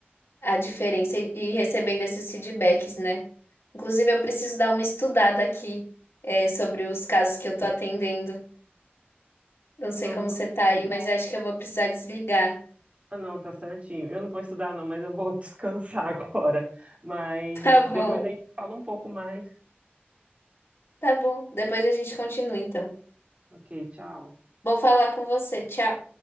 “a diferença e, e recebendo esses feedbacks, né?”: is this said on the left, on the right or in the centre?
Left